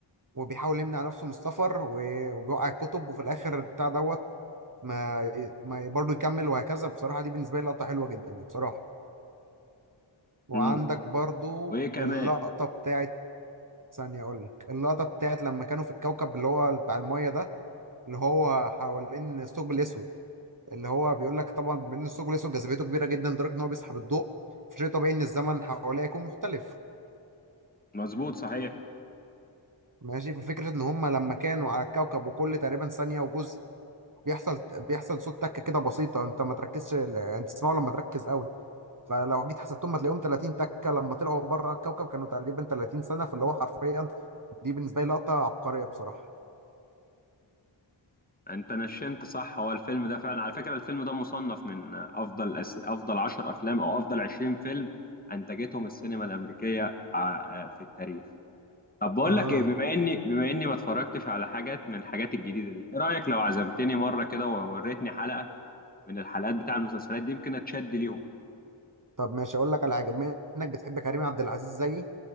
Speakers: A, on the right (about 40°); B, on the left (about 20°).
A: وبيحاول يمنع نفسه من السفر و- وبيوقع الكتب وفي الاخر بتاع دوت ما ما برضه يكمل وهكذا بصراحة دي بالنسبة لي لقطة حلوة جدا يعني بصراحة وعندك
B: امم
A: برضه
B: وايه كمان
A: اللقطة بتاعت ثانية أقول لك اللقطة بتاعت لما كانوا في الكوكب اللي هو بتاع المية ده اللي هو حوالين الثقب الأسود اللي هو بيقول لك طبعا بما إن الثقب الأسود جاذبيته كبيرة جدا لدرجة إن هو بيسحب الضوء فشيء طبيعي إن الزمن حواليه يكون مختلف
B: مظبوط صحيح
A: ماشي ففكرة إن هما لما كانوا على الكوكب وكل تقريبا ثانية وجزء بيحصل بيحصل صوت تكه كده بسيطه انت ما تركزش انت تسمعه لما تركز قوي فلو جيت حسبتهم هتلاقيهم 30 تكه لما طلعوا بره الكوكب كانوا تقريبا 30 سنه فاللي هو حرفيا دي بالنسبه لي لقطه عبقريه بصراحه
B: انت نشنت صح هو الفيلم ده فعلا على فكره الفيلم ده مصنف من افضل أس... افضل 10 افلام او افضل 20 فيلم انتجتهم السينما الامريكيه ع- في التاريخ طب بقول
A: اه
B: لك ايه بما اني بما اني ما اتفرجتش على حاجات من الحاجات الجديده دي ايه رايك لو عزمتني مره كده ووريتني حلقه من الحلقات بتاع المسلسلات دي يمكن اتشد ليهم
A: طب ماشي اقول لك على حاجه بما انك بتحب كريم عبد العزيز زيي